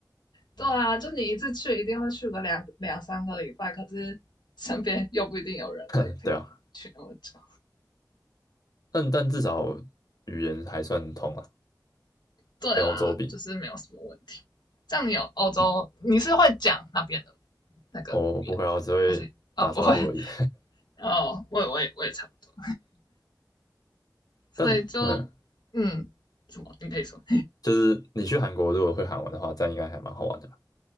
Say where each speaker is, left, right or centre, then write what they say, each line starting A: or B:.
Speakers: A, on the left; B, on the left.
A: 对啊，就你一次去一定会去个两两三个礼拜，可是身边又不一定有人可以陪你去那么久。
B: <laughs> 对啊，但但至少语言还算通啊，
A: 对啦，
B: 跟欧洲比，
A: 就是没有什么问题。这样你有欧洲，你是会讲那边的那个语言吗？
B: 我不会啊，我只会打招呼而已。
A: 还是哦不会？<laughs> 哦，我也我也我也差不多，所以就嗯，
B: <laughs> 但嗯，
A: 什么你可以说？
B: 就是你去韩国如果会韩文的话，这样应该还蛮好玩的吧